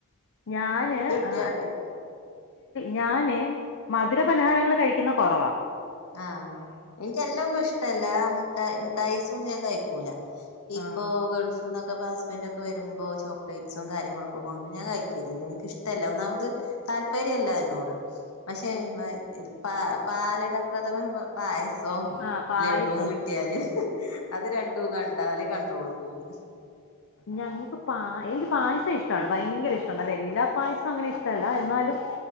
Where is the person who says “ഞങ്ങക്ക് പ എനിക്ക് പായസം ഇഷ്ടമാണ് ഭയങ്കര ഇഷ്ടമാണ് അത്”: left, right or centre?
Left